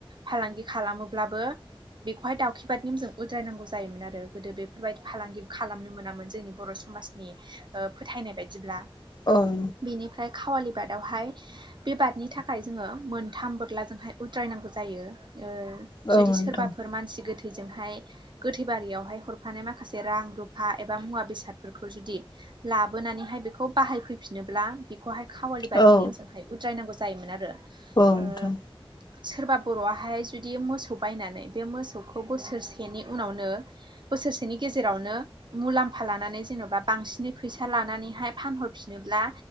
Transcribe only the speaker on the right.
फालांगि खालामोब्लाबो बेखौहाय दाउखिबाद नेमजों उद्रायनांगौ जायोमोन आरो गोदो बेफोरबायदि फालांगिबो खालामनो मोनामोन जोंनि बर' सु समाजनि ओ फोथायनाय बायदिब्ला।
बिनिफ्राय खावालि बादआवहाय बे बादनि थाखाय जोङो मोनथाम बोलारजोंहाय उद्रायनांगौ जायो ओ
जुदि
सोरबाफोर मानसि गोथै गोथैजोंहाय गोथैबारियावहाय हरफानाय माखासे रां रुफा एबा मुवा बेसादफोरखौ जुदि लाबोनानैहाय बेखौ बाहायफैफिन नोब्ला बेखौहाय खावालि
बादनि
नेमजोंहाय उद्रायनांगौ जायोमोन आरो
ओ सोरबा बर'आहाय जुदि मोसौ बायनानै बे मोसौखौ बोसोरसेनि उनावनो बोसोरसेनि गेजेरावनो मुलाम्फा लानानै जेन'बा बांसिनै फैसा लानानैहाय फानहरफिन नोब्ला